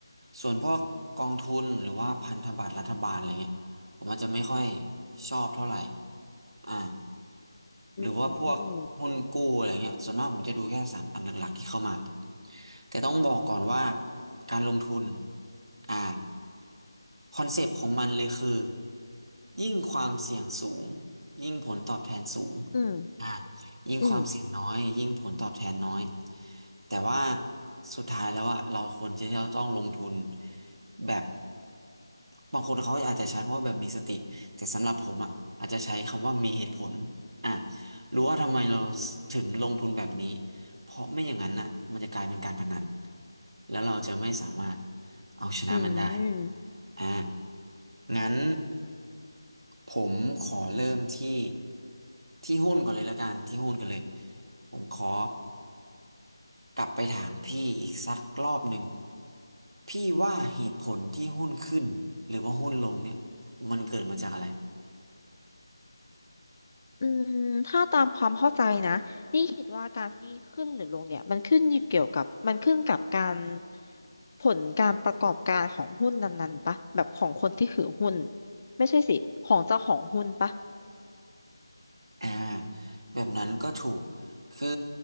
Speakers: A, on the right (about 75°); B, on the left (about 30°).
A: ส่วนพวกกองทุนหรือว่าพันธบัตรรัฐบาลอะไรเงี้ย ผมอาจจะไม่ค่อยชอบเท่าไหร่อ่า
B: อืม
A: หรือว่าพวกหุ้นกู้อะไรเงี้ยส่วนมากผมจะดูแค่สามอันหลักๆที่เข้ามาแต่ต้องบอกก่อนว่าการลงทุนอ่าคอนเซปต์ของมันเลยคือยิ่งความเสี่ยงสูงยิ่งผลตอบแทนสูง
B: อืม
A: อ่ะยิ่งความเสี่ยงน้อยยิ่งผลตอบแทนน้อย
B: อืม
A: แต่ว่าสุดท้ายแล้วอะเราควรจะต้องลงทุนแบบ บางคนเขาอาจจะใช้คำว่าแบบมีสติแต่สำหรับผมอะอาจจะใช้คำว่ามีเหตุผลอ่ะรู้ว่าทำไมเราถึงลงทุนแบบนี้เพราะไม่อย่างนั้นน่ะมันจะกลายเป็นการพนันแล้วเราจะไม่สามารถเอาชนะมันได้
B: อืม
A: อ่างั้นผมขอเริ่มที่ที่หุ้นก่อนเลยละกันที่หุ้นกันเลยผมขอ กลับไปถามพี่อีกสักรอบหนึ่งพี่ว่าเหตุผลที่หุ้นขึ้นหรือว่าหุ้นลงเนี่ยมันเกิดมาจากอะไร
B: อืมถ้าตามความเข้าใจนะนี่คิดว่าการที่ขึ้นหรือลงเนี่ยมันขึ้นอยู่เกี่ยวกับมันขึ้นกับการผลการประกอบการของหุ้นนั้นๆปะแบบของคนที่ถือหุ้นไม่ใช่สิของเจ้าของหุ้นปะ
A: อ่าแบบนั้นก็ถูกคือ